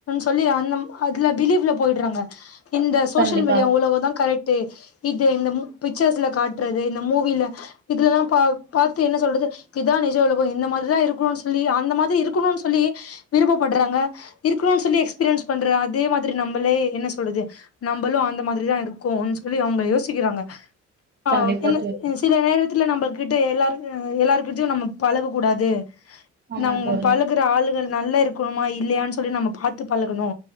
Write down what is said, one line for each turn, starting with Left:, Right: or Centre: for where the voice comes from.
Left: சொல்லி அந்த அதுல பிலீவ்ல போயிட்றாங்க இந்த சோசியல்
Right: கண்டிப்பா
Left: மீடியா உலகோ தா கரெக்ட் இது இந்த பிக்சர்ஸ்ல காட்றது இந்த மூவில இதுலல்லா பா பாத்து என்ன சொல்றது இதுக்குதா நிஜ உலகோ இந்த மாதிரிதா இருக்கு சொல்லி அந்த மாதிரி இருக்கணு சொல்லி விருப்பப்பட்றாங்க இருக்கணும்னு சொல்லி எக்ஸ்பீரியன்ஸ் பண்ற அதே மாதிரி நம்மளே என்ன சொல்றது நம்மளு அந்த மாதிரிதா இருக்கோ சொல்லி அவங்க யோசிக்கிறாங்க ஆ
Right: கண்டிப்பா
Left: என்ன
Right: தோ
Left: சில நேரத்துல நம்ம கிட்ட எல்லார் எல்லாரு கிட்டயு நம்ம பழக கூடாது
Right: ஆமா
Left: நம்ம
Right: தோழி
Left: பழகுற ஆளுகள் நல்லா இருக்கணுமா இல்லையான்னு சொல்லி நம்ம பாத்து பழகணு